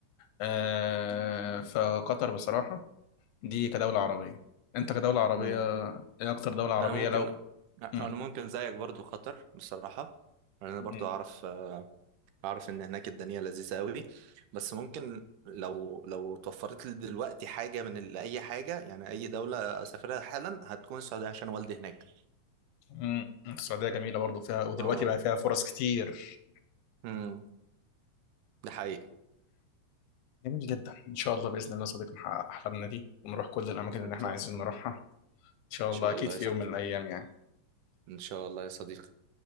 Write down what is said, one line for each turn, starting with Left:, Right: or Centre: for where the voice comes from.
Left: آه، فقطر بصراحة دي كدولة عربية انت كدولة عربية
Right: امم
Left: ايه اكتر دولة عربية
Right: انا ممكن
Left: لو مم.
Right: انا ممكن زيك برضو خطر بصراحة انا
Left: مم.
Right: برضو اعرف آه، اعرف ان هناك الدنيا لذيذة قوي بس ممكن لو لو توفرت لي دلوقتي حاجة من ال- اي حاجة يعني اي دولة اسافرها حالا هتكون السعودية عشان والدي هناك
Left: مم. السعودية جميلة برضو فيها ودلوقتي
Right: اه
Left: بقى فيها فرص كتير
Right: امم ده حقيقي
Left: جميل جدا ان شاء الله بإذن الله صديقي نحقق احلامنا دي ونروح كل الاماكن
Right: ان
Left: اللي احنا
Right: شاء
Left: عايزين نروحها ان شاء
Right: ان شاء
Left: الله اكيد
Right: الله
Left: في
Right: يا صاحبي
Left: يوم من الايام يعني
Right: ان شاء الله يا صديقي